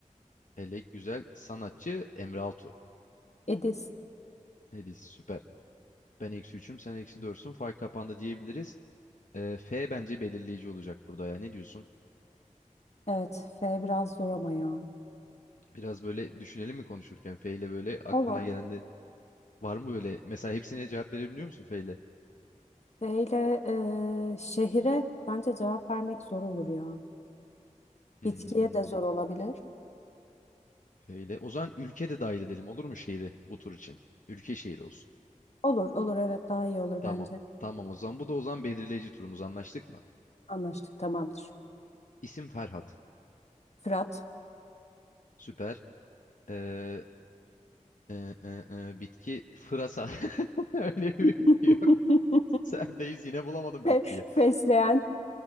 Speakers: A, on the left; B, on the left.
A: Elek güzel. Sanatçı Emre Altu.
B: Edis.
A: Edis süper. Ben eksi üçüm. Sen eksi dörtsün. Fark kapandı diyebiliriz. Ee, F bence belirleyici olacak burada ya. Ne diyorsun?
B: Evet. F biraz zor ama ya.
A: Biraz böyle düşünelim mi konuşurken? F ile böyle aklına
B: Olur.
A: gelen de var mı böyle? Mesela hepsine cevap verebiliyor musun F ile?
B: F ile e, şehire bence cevap vermek zor olur ya.
A: Hmm,
B: Bitkiye de zor olabilir.
A: böyle. O zaman ülke de dahil edelim olur mu şehri bu tur için? Ülke şehri olsun.
B: Olur olur evet daha iyi olur
A: Tamam.
B: bence.
A: Tamam o zaman. Bu da o zaman belirleyici turumuz anlaştık mı?
B: Anlaştık tamamdır.
A: İsim Ferhat.
B: Fırat.
A: Süper. Ee, e, e, e, bitki Fırasa. <laughs> Öyle bir
B: <laughs>
A: bitki yok. Sendeyiz yine bulamadım
B: Fe-
A: bitkiyi.
B: Fesleğen.